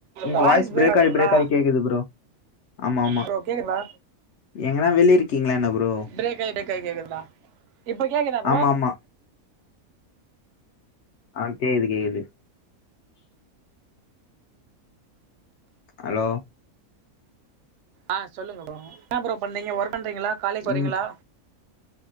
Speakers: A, on the left (about 65°); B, on the right (about 65°).
A: உங்க
B: வாய்ஸ் ப்ரேக்
A: பிரேக்
B: ஆகுதுங்களா
A: ஆயி பிரேக் ஆயி கேக்குது ப்ரோ ஆமா ஆமா
B: ப்ரோ கேக்குதா
A: எங்கன்னா வெளிய இருக்கீங்களா என்ன ப்ரோ
B: ப்ரேக் ஆயி ப்ரேக் ஆயி கேக்குறதா இப்பக் கேக்குதா ப்ரோ
A: ஆமா ஆமா ஆஹ் கேக்குது கேக்குது ஹலோ
B: ஆஹ் சொல்லுங்க ப்ரோ என்ன ப்ரோ பண்றீங்க ஒர்க் பண்றீங்களா காலேஜுக்கு போறீங்களா
A: ம்